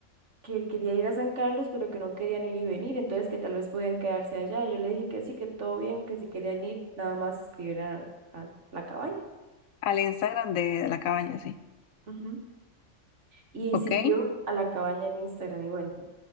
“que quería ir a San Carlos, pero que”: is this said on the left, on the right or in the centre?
Right